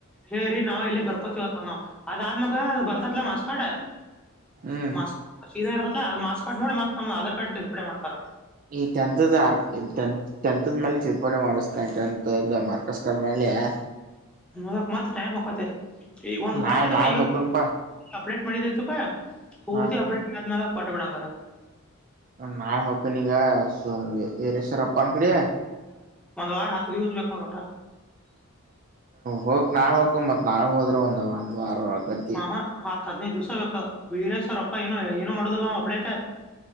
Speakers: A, in the centre; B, on the right.
A: ಹೇಳ್ರಿ ನಾವು ಇಲ್ಲಿ ಬರ್ಕೋತಿವತ್ತ ಅಂದ್ನವ ಅದಾದ್ಮ್ಯಾಗ ಬರ್ತೈತ್ಲಾ ಮಾರ್ಸ್ಕಾಡ
B: ಹ್ಮ್
A: ಮಾಸ್ ಇದ ಇರ್ತಲ ಅದ ಮಾರ್ಸ್ ಕಾರ್ಡ್ ನೋಡಿ ಮತ್ತ ನಮ್ದ ಆಧಾರ್ ಕಾರ್ಡ್ ತಿದ್ದಪಡೆ ಮಾಡ್ತಾರ
B: ಈ ಟೆಂತದ್ದ ಆರ್ ಟೆಂತದ್ದ ಮೇಲ್ ತಿದ್ದುಪಡಿ ಮಾಡಿಸ್ತೀನಿ ಟೆಂತದ್ದು ಮಾರ್ಕಸ್ ಕಾರ್ಡ್ ಮ್ಯಾಗ ಹೆ
A: ಅದಕ್ ಮತ್ತ ಟೈಮ್ ಹೊಕ್ಕತಿ ಈಗ ಒಂದು
B: ನಾಳೆ
A: ಕೊಟ್ಟೆ ತಗೋ
B: ನಾಳೆ ಹೊಕನ್ಪಾ
A: ಅಪ್ಡೇಟ್ ಮಾಡೀದಿ ತುಗೋ ಪೂರ್ತಿ
B: ಹ
A: ಅಪ್ಡೇಟ್ ಆದ ಮ್ಯಾಲ ಕೊಟ್ಟುಬಿಡು ಹಂಗಾರ
B: ನಾಳೆ ಹೋಕ್ಕನೀಗ ಸ ಈರೇಶಾರಪ್ಪಾನ ಕಡೆ
A: ಒಂದ್ <unintelligible>
B: ಹೋಗ್ ನಾಳೆ ಹೊಕ್ಕನ್ ಮತ್ತ ನಾಳೆ ಹೋದ್ರ ಒಂದು ಒಂದು ವಾರ ಒಳಕತಿ
A: ಹಾ ಹ ಹತ್ ಹದ್ನೈದು ದಿವ್ಸ ಬೇಕ ವೀರೇಶ್ ಅವರಪ್ಪ ಏನು ಏನು ಮಾಡುದಿಲ್ಲ ಅಪ್ಡೇಟ